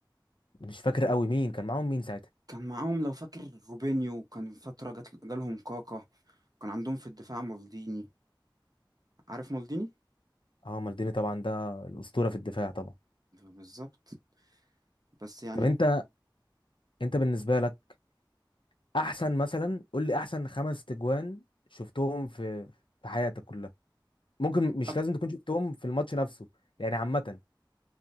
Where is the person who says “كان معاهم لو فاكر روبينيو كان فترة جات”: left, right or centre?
Right